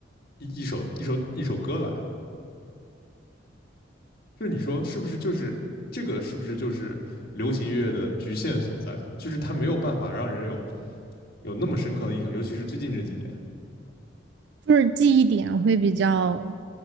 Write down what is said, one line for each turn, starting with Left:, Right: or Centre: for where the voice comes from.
Left: 一一首一首一首歌来。就是你说是不是就是这个是不是就是流行乐的局限所在？就是它没有办法让人有有那么深刻的印象，尤其是最近这几年，
Right: 就是记忆点会比较